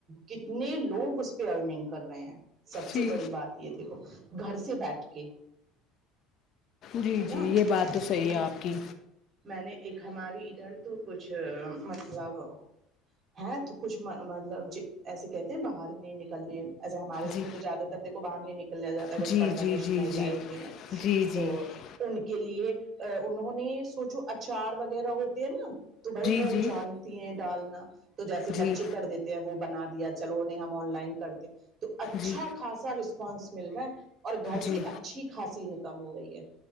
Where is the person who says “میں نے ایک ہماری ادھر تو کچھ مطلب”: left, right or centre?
Right